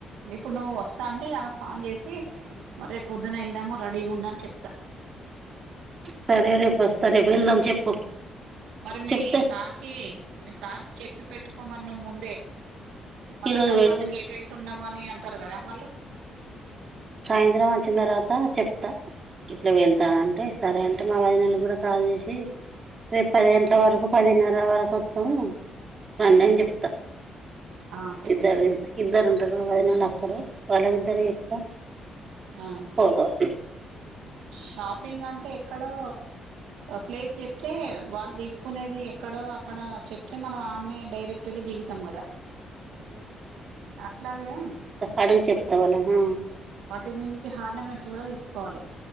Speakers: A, on the right; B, on the right.
A: ఇప్పుడు నువ్వు వస్తా అంటే ఆమెకి కాల్ చేసి రేపు పొద్దున వెళ్దాము రెడీగా ఉండు అని చెప్తా
B: సరే రేపు వస్తా రేపు వెళ్దాం చెప్పు
A: మరి మీ
B: చెప్తా
A: సార్ కీ మీ సార్ కీ చెప్పి పెట్టుకోమరి నువ్వు ముందే మళ్ళా
B: ఈరోజు
A: తర్వాత
B: వెళ్ళి
A: కేటెళ్తున్నావు అని అంటారు కదా వాళ్ళు
B: సాయంత్రం వచ్చిన తర్వాత చెప్తా ఇట్లా వెళ్తాను అంటే సరే అంటే మా వదినాలకి కూడా కాల్ చేసి రేపు పది గంటల వరకు పదిన్నర వరకు వాత్తం రండి అని చెప్తా
A: ఆ, చెప్పేసి
B: ఇద్దరు ఇద్దరు ఉంటారు మా వదినలు అక్కలే వాళ్ళ ఇద్దరికీ చెప్తా
A: ఆ,
B: పోదాం
A: షాపింగ్ అంటే ఎక్కడో ప్లేస్ చెప్తే వాళ్ళు తీసుకునేది ఎక్కడో అక్కడ చెప్తే మనం ఆడనే డైరెక్ట్ వెళ్ళి దిగుతాం కదా అట్లాగే
B: అడుగి చెప్తా వాళ్ళాను
A: వాటి మీదకి హార్నమెంట్స్ కూడా తీసుకోవాలి